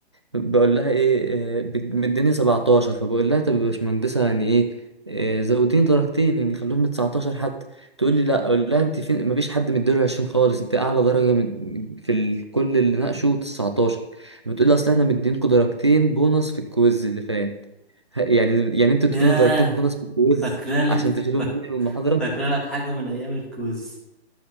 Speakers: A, on the right (about 25°); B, in the centre.
A: بقول لها إيه آه، بت- مديني 17 فبقول لها طب يا باشمهندسة يعني إيه آه، زوديني درجتين يعني خلوهم ل 19 حتى تقول لي لا أقول لها أنت فين مفيش حد مديله 20 خالص أنت أعلى درجة من- في ال- كل اللي ناقشوا 19 بتقول لي أصل إحنا مدينكوا درجتين بونص في الكويز اللي فات ه- يعني يعني أنتوا اديتونا
B: ياه
A: درجتين بونص في الكويز
B: فاكرالك
A: عشان تشيلهم
B: فاك-
A: مني من المحاضرة
B: فاكرالك حاجة من ايام الكوز